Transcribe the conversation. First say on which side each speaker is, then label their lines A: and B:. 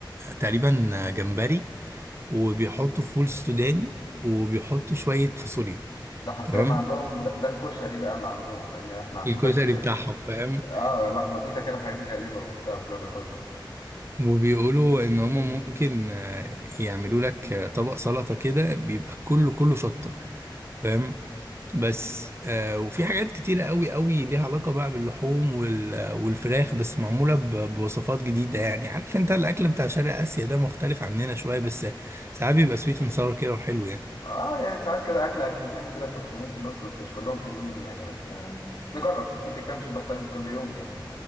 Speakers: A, on the right (about 30°); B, on the left (about 60°).
A: تقريبا جمبري وبيحطوا فول سوداني وبيحطوا شويه فاصوليا
B: ده حرفيا
A: تمام
B: اللي عندهم ده, ده الكشري بقى اللي عندهم فاهمني يعني احنا عندنا
A: الكشري
B: <laughs> الكشري
A: بتاعهم فاهم
B: اه لخبطيته كده حاجات غريبة وبتاع والجو ده كله
A: وبيقولوا ان هما ممكن آه، يعملوا لك آه، طبق سلطة كده بيبقى كله كله شطة فاهم بس آه، وفي حاجات كتيرة قوي قوي ليها علاقة بقى باللحوم وال- والفراخ بس معمولة ب- بوصفات جديدة يعني عارف انت الاكل بتاع شرق اسيا ده مختلف عننا شوية بس ساعات بيبقى سويت اند ساور كده وحلو يعني
B: اه يعني ساعات كده اكل اكلتين كده بتبقى حلوين في النص بس مش كلهم حلوين يعني بس آه نجرب احنا كده كده مش هنروح تاني كل يوم يعني